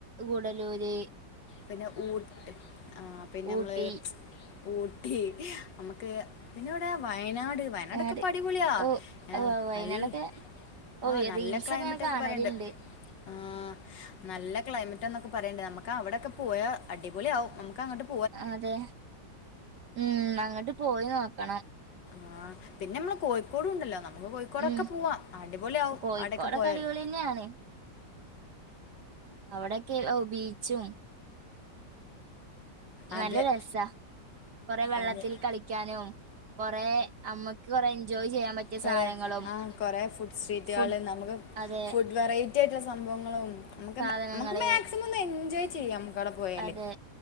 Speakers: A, on the right; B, on the left.
A: ഗൂടലൂര്
B: പിന്നെ ഊട്ട് ആഹ് പിന്നമ്മള്
A: ഊട്ടി
B: ഊട്ടി അമ്മക്ക് പിന്നെവിടെയാ വയനാട് വയനാടക്കെപ്പൊ
A: ആട്
B: അടിപൊളിയാ
A: ഓ
B: ഏഹ്
A: ഓ വയനാടൊക്കെ
B: നല്ല
A: ഓ
B: ആഹ് നല്ല
A: റീൽസ്
B: ക്ലൈമറ്റാക്കെ
A: ഒക്കെ ഇങ്ങനെ കാണലുണ്ട്
B: പറയണ്ട് ആഹ് നല്ല ക്ലൈമറ്റാന്നൊക്കെ പറയ്ണ്ട് നമുക്കവിടൊക്കെ പോയാ അടിപൊള്യാവും നമുക്കങ്ങോട്ട്
A: ആഹ് അതെ ഉം അങ്ങട്ട് പോയി നോക്കണം
B: ആഹ് പിന്നെമ്മള് കോഴിക്കോടുണ്ടല്ലോ നമുക്ക് കോഴിക്കോടൊക്കെ
A: ഉം
B: പോവാ അടിപൊളി ആവും
A: കോഴിക്കോടൊക്കെ
B: അവിടെക്കെ പോയാല്
A: അടിപൊളി തന്നെയാണ് അവിടൊക്കെ ഔ ബീച്ചും നല്ല
B: അതെ
A: രസാ കൊറെ വെള്ളത്തിൽ
B: അതെ
A: കളിക്കാനും കൊറേ അമ്മക്ക് കൊറെ എൻജോയ് ചെയ്യാൻ പറ്റിയ
B: വേറെ
A: സാനങ്ങളും
B: ആ കൊറേ ഫുഡ് സ്ട്രീറ്റുകള്
A: ഫുഡ്
B: നമുക്ക്
A: അതെ
B: ഫുഡ് വെറൈറ്റി ആയിട്ടുള്ള സംഭവങ്ങളും നമുക്ക്
A: സാധനങ്ങള്
B: നമുക്ക് മാക്സിമം ഒന്ന് എൻജോയ് ചെയ്യ അമ്മക്കവിടെ പോയാല്
A: അതെ